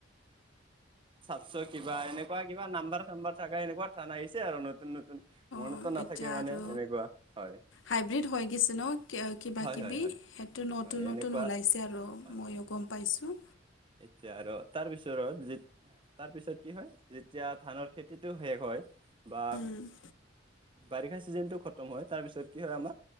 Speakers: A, on the right; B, on the left.
A: চাতছ কিবা এনেকুৱা কিবা নাম্বাৰ চাম্বাৰ থাকা এনেকুৱা থান আহিছে আৰু নতুন নতুন। মনতো
B: অ',
A: নাথাকে
B: এতিয়া
A: মানে
B: আৰু
A: এনেকুৱা হয়
B: হাইব্ৰীড হৈ গৈছে ন কিবা
A: হয়
B: কিবি।
A: হয় হয়
B: সেইটো নতুন
A: হয়
B: নতুন
A: এনেকুৱা
B: ওলাইছে আৰু,
A: হয়
B: ময়ো গম পাইছোঁ।
A: এতিয়া আৰু তাৰ পিছৰত যি তাৰ পিছত কি হয় যেতিয়া ধানৰ খেতিটো শেষ হয় বা
B: উম,
A: বাৰিষা চিজনটো খতম হয় তাৰপিছত কি হয় আমাৰ,